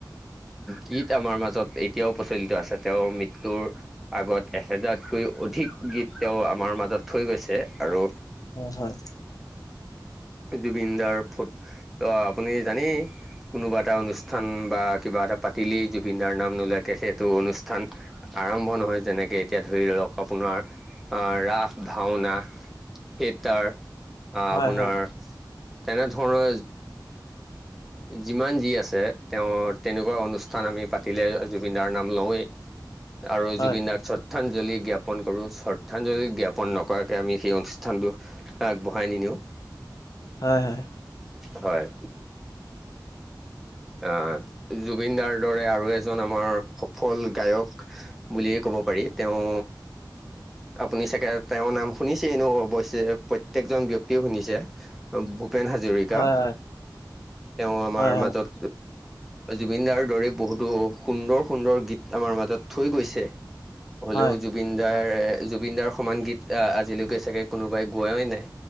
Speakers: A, in the centre; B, on the left.
A: গীত আমাৰ মাজত এই এতিয়াও প্ৰচলিত আছে তেওঁৰ মৃত্যুৰ আগত এহেজাৰতকৈ অধিক গীত তেওঁ আমাৰ মাজত তত থৈ গৈছে আৰু
B: হয়
A: জুবিন দাৰ ফ ত আপুনি জানেই। কোনোবা এটা অনুষ্ঠান বা কিবা এটা পাতিলেই জুবিন দাৰ নাম নোলোৱাকে সেইটো অনুষ্ঠান আৰম্ভ নহয় যেনেকে এতিয়া ধৰি লওক আপোনাৰ আহ ৰাস ভাওনা সেই তাৰ
B: হয়
A: আপোনাৰ তেনেধৰণৰ যিমান যি আছে তেওঁ তেনেকোৱা অনুষ্ঠান আমি পাতিলে জুবিনদাৰ নাম লওঁৱেই আৰু
B: হয়
A: জুবিন নাকচত শ্ৰদ্ধাঞ্জলি জ্ঞাপন কৰোঁ শ্ৰদ্ধাঞ্জলি জ্ঞাপন নকৰাকৈ আমি সেই অনুষ্ঠানটো আগবঢ়াই নিদিওঁ
B: হয় হয়
A: হয় অ জুবিনদাৰ দৰে আৰু এজন আমাৰ সফল গায়ক বুলিয়ে ক'ব পাৰি তেওঁ আপুনি চাগে তেওঁৰ নাম শুনিছেনো অৱশ্যে প্ৰত্যেক জন ব্যক্তিয়ে শুনিছে ভূপেন হাজৰিকা
B: হয় হয়
A: তেওঁ আমাৰ
B: হয় হয় হয়
A: মাজত জুবিনদাৰ দৰে বহুতো সুন্দৰ সুন্দৰ গীত আমাৰ মাজত থৈ গৈছে হ'লেও
B: হয়
A: জুবিন দাৰ জুবিন দাৰৰ সমান গীত আহ আজিলৈকে চাগে কোনোবাই গোৱাই নাই